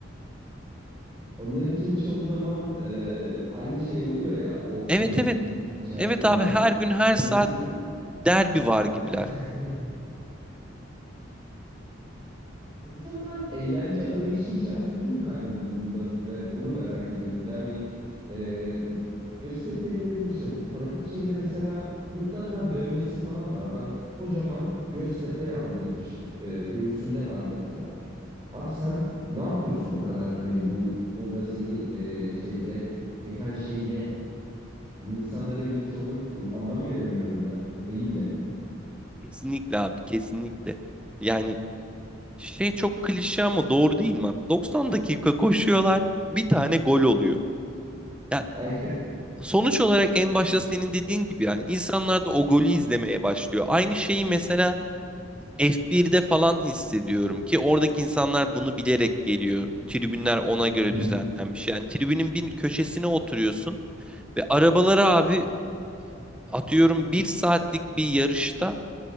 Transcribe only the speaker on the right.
Onlar için çoğu zaman e, aynı şey oluyor ya o
fanatiklik
içerisinde.
Fanatiklik
<laughs> İnsanlar eğlence arayışı içerisinde mi kayboldu bunda? Ve onu merak ediyorum. Yani e, Göztepe'lilerin işte bu fanatik şeyinde mesela mutlaka dövmesi falan var. Adam kocaman Göztepe yazdırmış. E, göğsünde var mesela. Abi sen ne yapıyorsun o kadar? Hani bu futbolda seni e, şeyde çeken şey ne? Bu insanlara gidip sormak istiyorum. Anlam veremiyorum ya. Kafayı yiyeceğim şimdi.
Ne?
<laughs> Aynen.
Hı hı.